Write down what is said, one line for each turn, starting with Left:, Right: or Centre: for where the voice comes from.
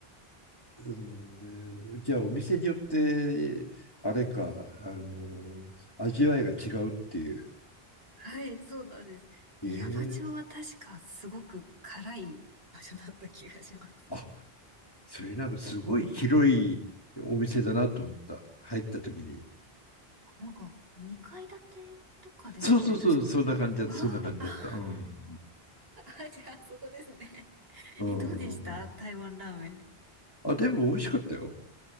Left: うんじゃあお店によって、あれか、あの、味わいが違うっていう。
Right: はい、そうなんです。で、
Left: ええ
Right: 矢場町は確かすごく辛い場所だった気がします。
Left: あ、それなんかすごい広いお店だなと思った。入った時に。
Right: なんか、2階建てとかですよね、
Left: そうそうそう、
Right: 確か。
Left: そんな感じだった、
Right: ああ、
Left: そんな感じだった。うん。
Right: あ <laughs> あ、じゃあ、そこですね。
Left: うんうんうん。
Right: え、どうでした台湾ラーメン。
Left: あ、でも美味しかったよ。